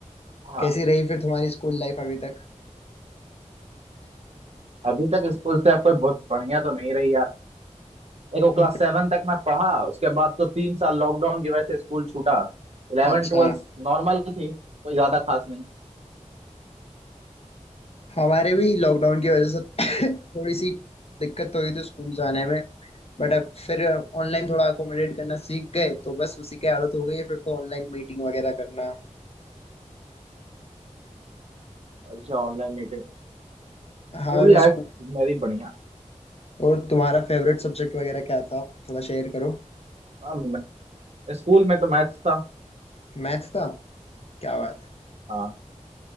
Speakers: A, on the right; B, on the left.
A: हाँ
B: कैसी रही फिर तुम्हारी स्कूल लाइफ अभी तक
A: अभी तक स्कूल से कोई बहुत बढ़िया तो नहीं रही यार देखो क्लास
B: हम्म,
A: सेवन तक मैं पढ़ा उसके बाद तो तीन साल लॉकडाउन की वजह से स्कूल छूटा इलेवन
B: अच्छा
A: ट्वेल्थ नॉर्मल थी कोई ज्यादा खास नहीं
B: हमारे भी लॉकडाउन की वजह से <coughs> थोड़ी सी दिक्कत तो हुई थी स्कूल जाने में बट अब फिर ऑनलाइन थोड़ा अकोमोडेट करना सीख गए तो बस उसी की आदत हो गई है फिर तो ऑनलाइन मीटिंग वगैरह करना
A: अच्छा ऑनलाइन मीटिंग
B: हमें
A: स्कूल
B: भी
A: लाइफ
B: स्कूल
A: मेरी बढ़िया
B: और तुम्हारा फेवरेट सब्जेक्ट वगैरह क्या था थोड़ा शेयर करो
A: हाँ, मैं- स्कूल में तो मैथ्स था
B: मैथ था क्या बात है
A: हाँ